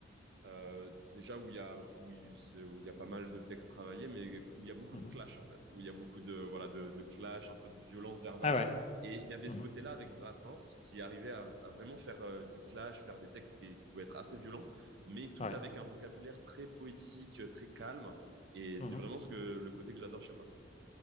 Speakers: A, on the right (about 60°); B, on the left (about 35°).
A: euh, déjà où il y a où il où il y a pas mal de textes travaillés, mais où il y a beaucoup
B: Mhm.
A: de clash en fait, où il y a beaucoup de voilà de, de clash, un peu de violence verbale.
B: Ah ouais.
A: Et il y avait
B: Mhm.
A: ce côté-là avec Brassens qui arrivait à, à vraiment faire euh, du clash, faire des textes qui, qui pouvaient être assez violents, mais tout
B: Ouais.
A: avec un vocabulaire très poétique, euh, très calme. Et
B: Mhm.
A: c'est vraiment ce que le côté que j'adore chez Brassens.